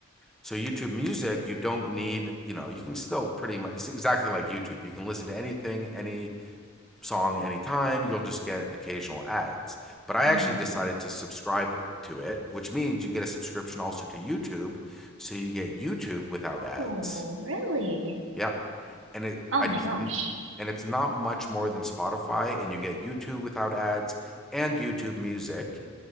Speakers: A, in the centre; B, on the right (about 85°).
A: so YouTube Music, you don't need, you know, you can still pretty much it's exactly like YouTube. You can listen to anything, any song, anytime. You'll just get occasional ads. But I
B: Hmm.
A: actually decided to subscribe to it, which means you get a subscription also to YouTube, so you get YouTube without ads.
B: Oh, really?
A: Yeah, and it
B: Oh
A: I
B: my gosh.
A: and it's not much more than Spotify, and you get YouTube without ads and YouTube Music.